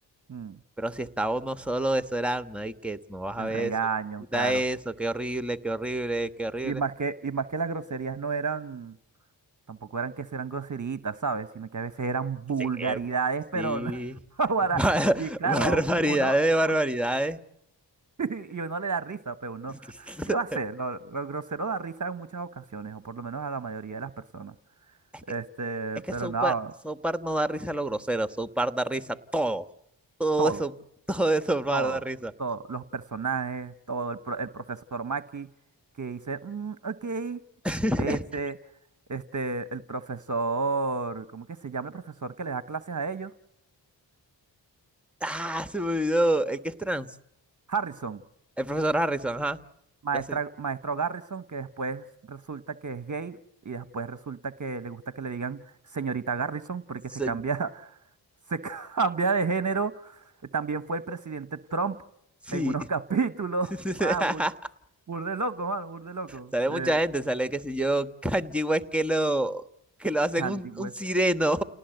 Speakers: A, on the right; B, in the centre.
A: Mm,
B: Pero si estaba uno solo, eso era, no hay que, no vas
A: El
B: a ver
A: regaño,
B: eso, quita
A: claro.
B: eso, qué horrible, qué horrible, qué horrible.
A: Y más que, y más que las groserías no eran, tampoco eran que eran groseritas, ¿sabes? Sino que a veces eran vulgaridades,
B: Sí,
A: pero
B: sí.
A: no- <laughs> para-
B: Bar-
A: y
B: <laughs>
A: claro,
B: Barbaridades
A: uno,
B: de barbaridades.
A: uno- <laughs> y uno le da risa, pero uno,
B: <laughs>
A: ¿qué va a hacer? Lo, lo grosero da risa en muchas ocasiones, o por lo menos a la mayoría de las personas.
B: Es que,
A: Este,
B: es que
A: pero
B: South
A: no,
B: Park, South Park no da risa a lo grosero, South Park da risa a todo. Todo
A: todo.
B: eso, <laughs> todo eso Park
A: Todo,
B: da risa.
A: todo, los personajes, todo, el, pro- el profesor Maki que dice, "Mm, ok,
B: <laughs>
A: ese, este, el profesor, ¿cómo que se llama el profesor que le da clases a ellos?
B: Ah, se me olvidó. El que es trans.
A: Harrison,
B: El profesor Harrison, ajá.
A: maestra,
B: La se-
A: maestro Garrison, que después resulta que es gay y después resulta que le gusta que le digan señorita Garrison porque
B: se-
A: se cambia, <laughs> se cambia de género. También fue el presidente Trump
B: sí.
A: en unos capítulos.
B: <laughs>
A: <laughs> Ah, bur- Burde loco, mano, burde loco.
B: Sale mucha
A: Eh,
B: gente, sale, qué sé yo, <laughs> Kanji West que lo, que lo hacen
A: Kanye
B: un,
A: West,
B: un sireno.